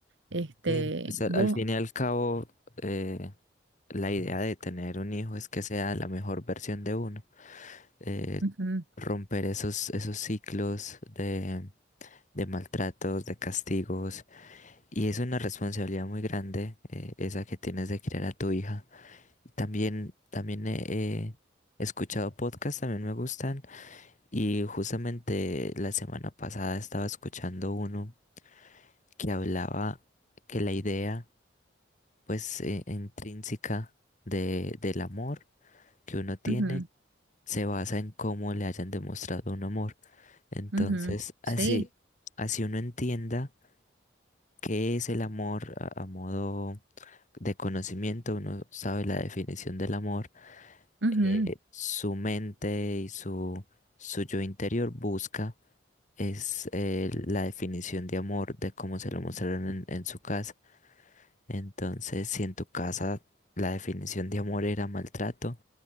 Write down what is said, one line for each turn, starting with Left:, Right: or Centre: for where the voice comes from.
Right: Este,
Left: sí, pues al,
Right: vos,
Left: al fin y al cabo, eh, la idea de tener un hijo es que sea la mejor versión de uno. Eh,
Right: ujú,
Left: romper esos, esos ciclos de, de maltratos, de castigos. Y es una responsabilidad muy grande, eh, esa que tienes de criar a tu hija. También, también he he escuchado podcasts, también me gustan Y justamente la semana pasada estaba escuchando uno que hablaba que la idea, pues, eh, intrínseca de, del amor que uno tiene
Right: ujú,
Left: se basa en cómo le hayan demostrado un amor. Entonces,
Right: ujú,
Left: así,
Right: sí,
Left: así uno entienda. ¿Qué es el amor a, a modo de conocimiento? Uno sabe la definición del amor.
Right: ujú,
Left: eh, su mente y su, su yo interior busca es eh, la definición de amor de cómo se lo mostraron en, en su casa. Entonces, si en tu casa la definición de amor era maltrato,